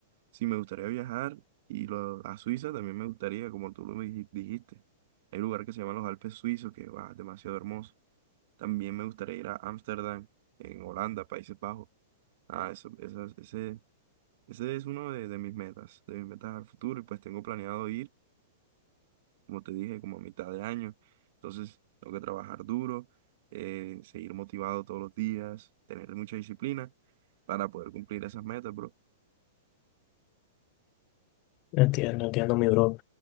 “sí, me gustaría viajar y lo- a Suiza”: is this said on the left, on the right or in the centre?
Right